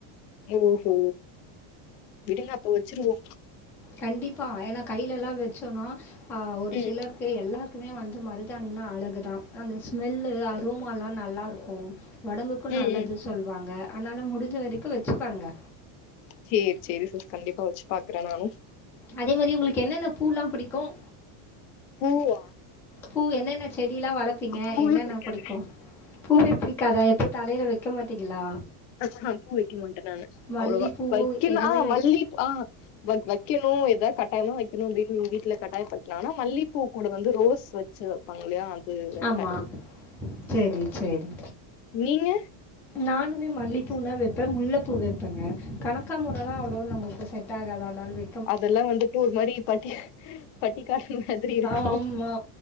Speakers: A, on the left (about 80°); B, in the centre.
A: ஓஹோ விடுங்க அப்ப வெச்சிருவோ
B: கண்டிப்பா ஏன்னா கையிலலா வச்சோம்னா ஆ ஒரு
A: ம்
B: சிலர் இப்ப எல்லாருக்குமே வந்து மருதாணினா அழகுதா அந்த ஸ்மெல்லு அரோமாலா நல்லா இருக்கும் உடம்புக்கும்
A: ம்
B: நல்லது
A: ம்
B: சொல்லுவாங்க அதனால முடிஞ்ச வரைக்கு வெச்சு பாருங்க
A: சேரி சேரி சிஸ் கண்டிப்பா வெச்சு பாக்கற நானு
B: அதே மேரி உங்களுக்கு என்னென்ன பூலா பிடிக்கும்
A: பூவ்வா
B: பூ என்னென்ன செடில்லா வளப்பீங்க
A: பூவே
B: என்னென்ன
A: பிடிக்காது
B: புடிக்கும் பூவே பிடிக்காதா எப்டி தலையில வெக்க மாட்டீங்களா
A: அஹ ஆ பூ வெக்கமாட்ட‌ நானு
B: மல்லிகைப்பூ
A: அவ்ளோவா வைக்கலா
B: எதுவுமே வைக்க
A: மல்லிப்பூ ஆஹ் வைக்கணு ஏதாது கட்டாயம்னா வெக்கணு வீட்டு வீட்டுல கட்டாயப்படுத்தனாங்கன்னா மல்லிப்பூ கூட வந்து ரோஸ் வச்சு பங்களையா அது வெப்ப
B: ஆமாம் சரி சரி
A: நீங்க
B: நானுமே மல்லிப்பூன்னா வெப்ப முல்லப்பூ வைப்பபேங்க கணக்காமூரல்லா அவ்வளவா நமக்கு செட் ஆகாது அதால வெ
A: அதெல்லா வந்து‌ டூ ஒரு மாரி பட்டி அ பட்டிக்காடு மாதிரி இருக்கு
B: ஆம்மா